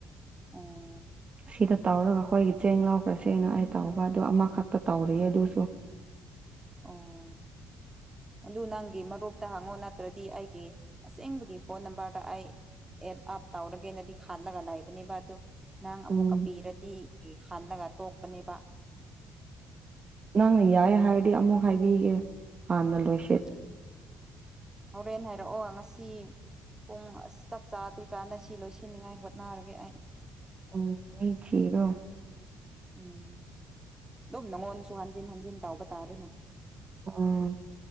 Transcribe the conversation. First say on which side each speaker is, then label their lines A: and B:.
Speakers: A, on the right; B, on the right.
A: ꯑꯣ
B: ꯁꯤꯗ ꯇꯧꯔꯒ ꯑꯩꯈꯣꯏꯒꯤ ꯆꯦꯡ ꯂꯥꯎꯈ꯭ꯔꯁꯦꯅ ꯑꯩ ꯇꯧꯕ ꯑꯗꯨ ꯑꯃꯥꯈꯛꯇ ꯇꯧꯔꯤꯌꯦ ꯑꯗꯨꯁꯨ
A: ꯑꯣ ꯑꯗꯨ ꯅꯪꯒꯤ ꯃꯔꯨꯞꯇ ꯍꯪꯉꯣ ꯅꯠꯇ꯭ꯔꯗꯤ ꯑꯩꯒꯤ ꯑꯁꯦꯡꯕꯒꯤ ꯐꯣꯟ ꯅꯝꯕꯔꯗ ꯑꯩ ꯑꯦꯠ ꯑꯞ ꯇꯧꯔꯒꯦꯅꯗꯤ ꯈꯜꯂꯒ ꯂꯩꯕꯅꯦꯕ ꯑꯗꯨ ꯅꯪ ꯑꯃꯨꯛꯀ
B: ꯎꯝ
A: ꯄꯤꯔꯗꯤꯀꯦ ꯈꯜꯂꯒ ꯇꯣꯛꯄꯅꯦꯕ
B: ꯅꯪꯅ ꯌꯥꯏ ꯍꯥꯏꯔꯗꯤ ꯑꯃꯨꯛ ꯍꯥꯏꯕꯤꯒꯦ ꯍꯥꯟꯅ ꯂꯣꯏ
A: ꯎꯝ ꯍꯣꯔꯦꯟ ꯍꯥꯏꯔꯛꯑꯣ ꯉꯁꯤ ꯄꯨꯡ ꯑꯁ ꯆꯥꯛ ꯆꯥꯗ꯭ꯔꯤꯀꯥꯟꯅ ꯁꯤ ꯂꯣꯏꯁꯤꯟꯅꯤꯡꯉꯥꯏ ꯍꯣꯠꯅꯔꯒꯦ ꯑꯩ
B: ꯎꯝ ꯃꯤ ꯊꯤꯔꯣ
A: ꯎꯝ ꯗꯨꯝ ꯅꯪꯉꯣꯟꯗꯁꯨ ꯍꯟꯖꯤꯟ ꯍꯟꯖꯤꯟ ꯇꯧꯕ ꯇꯥꯔꯦꯅ
B: ꯑ